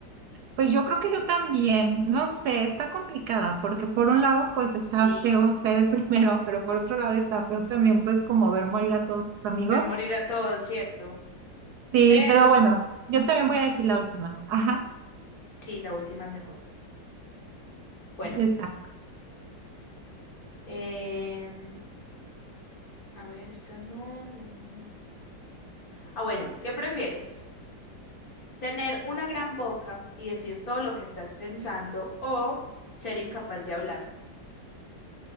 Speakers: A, on the right; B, on the left.
A: Pues yo creo que yo también, no sé, está complicada porque por un lado pues
B: Sí,
A: está feo ser el <laughs> primero, pero por otro lado está feo también pues como ver morir a todos tus amigos.
B: ver morir a todos, ¿cierto?
A: Sí,
B: Pero
A: pero bueno, yo también voy a decir la última. Ajá,
B: sí, la última es mejor. Bueno,
A: esa.
B: em, a ver, esta no. mm. Ah, bueno, ¿qué prefieres? ¿Tener una gran boca y decir todo lo que estás pensando o ser incapaz de hablar?